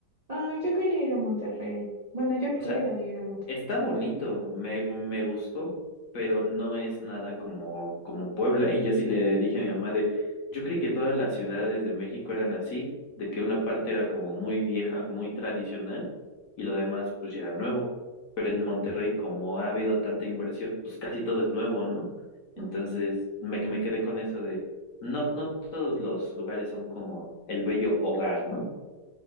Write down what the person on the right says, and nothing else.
Ah, yo quería ir a Monterrey. Bueno, yo
quiero
ir a Monterrey.
Mm,